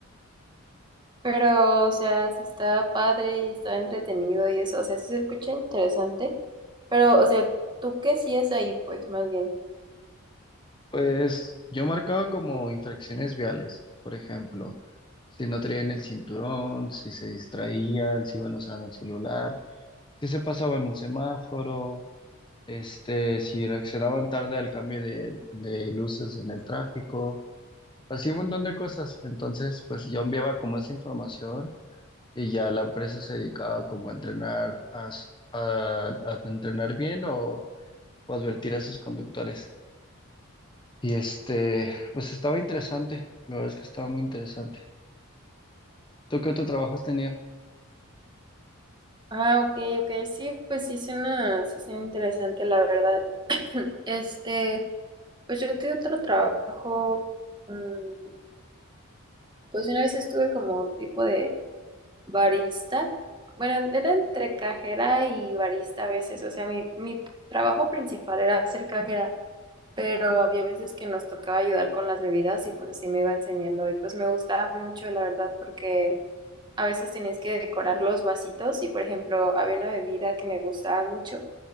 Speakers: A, on the right; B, on the left.
A: Pero, o sea, sí está padre y está entretenido y eso, o sea, sí se escucha interesante, pero, o sea, ¿tú qué sí es ahí, pues, más bien?
B: Pues yo marcaba como infracciones viales, por ejemplo, si no traían el cinturón, si se distraían, si iban usando el celular, si se pasaban un semáforo este, si reaccionaban tarde al cambio de, de luces en el tráfico, así un montón de cosas. Entonces, pues yo enviaba como esa información y ya la empresa se dedicaba como a entrenar, a, s- a- a entrenar bien o, o advertir a sus conductores. Y este, pues estaba interesante, la verdad es que estaba muy interesante. ¿Tú qué otro trabajo has tenido?
A: Ah, ok, ok, sí, pues sí suena, sí suena interesante, la verdad. <clears throat> Este... Pues yo tuve otro trabajo, mm, pues una vez estuve como un tipo de barista. Bueno, era entre cajera y barista a veces. O sea, mi, mi trabajo principal era ser cajera, pero había veces que nos tocaba ayudar con las bebidas y pues así me iba enseñando. Y pues me gustaba mucho, la verdad, porque a veces tenías que decorar los vasitos y, por ejemplo, había una bebida que me gustaba mucho.